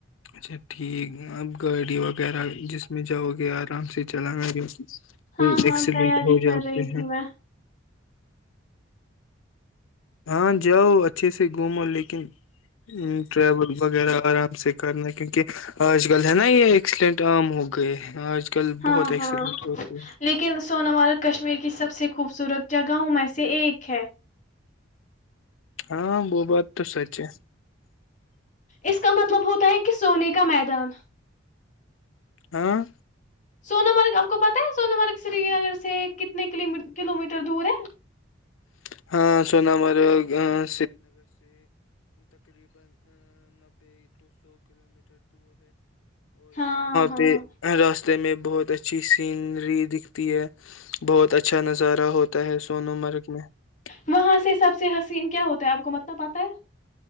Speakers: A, on the left (about 85°); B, on the left (about 40°).
A: اچھا ٹھیک اب گاڑی وغیرہ جس میں جاؤ گے آ <unintelligible> آرام سے چلانا جو
B: ہاں
A: وہ
B: ہاں
A: ایکسیڈنٹ
B: تیاری
A: ہو
B: کر
A: جاتے
B: رہی
A: ہیں
B: تھی
A: <unintelligible>
B: میں
A: ہاں جاؤ اچھے سے گھومو لیکن ٹریول وغیرہ آرام سے کرنا کیونکہ آج کل ہے نا یہ ایکسیڈینٹ عام ہو گئے ہیں آج کل
B: ہاں
A: بہت ایکسیڈنٹ
B: ہاں
A: ہوتے ہیں
B: لیکن سونامارک کشمیر کی سب سے خوبصورت جگہوں میں سے ایک ہے <unintelligible>
A: ہاں وہ بات تو سچ ہے <unintelligible>
B: اس کا مطلب ہوتا ہے کہ سونے کا میدان
A: ہاں <unintelligible>
B: سنا مرگ آپ کو پتا ہے سنا مرگ سری نگر سے کتنے کلو میٹر دور ہے
A: <unintelligible> اور وہاں
B: ہاں ہاں
A: پہ ر رتے میں بہت اچھی سینری دکھتی ہے بہت اچھا نظارہ ہوتا <unintelligible> تا ہے سون مرگ میں <unintelligible>
B: وہاں سے سب سے حسین کیا ہوتا ہے آپ کو متنا پاتا ہے <unintelligible>